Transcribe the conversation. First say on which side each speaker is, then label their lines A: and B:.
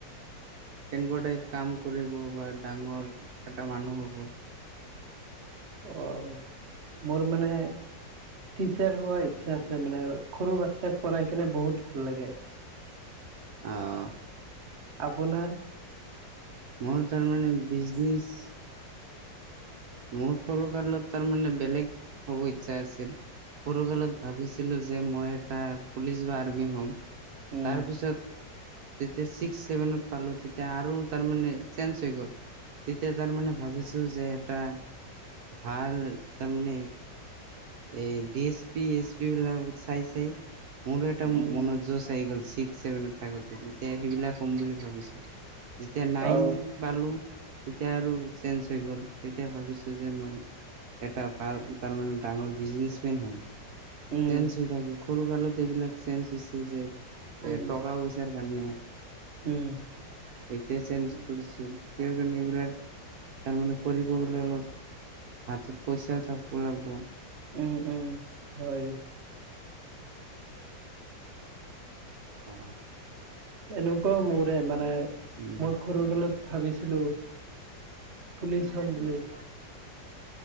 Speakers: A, on the right; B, on the right.
A: কেনকুৱা টাইপ কাম কৰিব বা ডাঙৰ, এটা মানুহ হ'ব?
B: অ', মোৰ মানে টিচাৰ হোৱা ইচ্ছা আছে মানে সৰু বাচ্ছাক পঢ়াই কিনে বহুত ভাল লাগে।
A: অ
B: আপোনাৰ?
A: মোৰ তাৰমানে বিজনেছ মোৰ সৰু কালত তাৰ মানে বেলেগ হ'ব ইচ্ছা আছিল। সৰু কালত ভাবিছিলোঁ যে মই এটা পুলিচ বা আৰ্মি হ'ম। তাৰপিছত
B: উম
A: যেতিয়া ছিক্স-ছেভেনত পালো তেতিয়া আৰু তাৰমানে চেঞ্জ হৈ গ'ল- তেতিয়া তাৰমানে ভাবিছো যে এটা- ভাল তাৰমানে- এ্ D S P, S P বিলাক চাই-চাই মোৰো এটা
B: উম।
A: মনত জচ আহি গ'ল- ছিক্স-ছেভেনত থাকোতে তেতিয়া সেইবিলাক হম বুলি ভাবিছো। যেতিয়া নাইন
B: অ'।
A: পালো তেতিয়া আৰু চেঞ্জ হৈ গ'ল, তেতিয়া ভাবিছো যে মই এটা ভাল তাৰমানে টা মানে বিজনেছ মেন হম।
B: উম
A: চেঞ্জ হৈ থাকে সৰু কালতু এইবিলাক চেঞ্জ হৈছে যে- এ
B: উম
A: টকা পইচাৰ কাৰণে।
B: উম
A: এতিয়া চেঞ্জ কৰিছো, সেই কাৰণে এইবিলাক তাৰমানে কৰিব ওলালোঁ, হাতত পইচাও থাক'ব লাগ'ব।
B: উম উম, হয়।
A: অ'
B: এনেকুৱাও মোৰে মানে-
A: উম,
B: মোক সৰুকালত ভাবিছিলো- পুলিচ হম বুলি